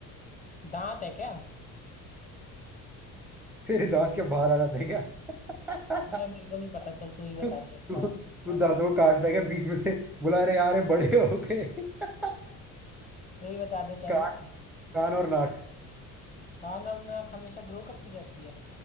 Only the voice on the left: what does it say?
दांत है क्या
मैं मेरे को नहीं पता चल तू ही बता
दे इसका
आंसर
तू ही बता दे चल
कान और नाक हमेशा ग्रो करती रहती है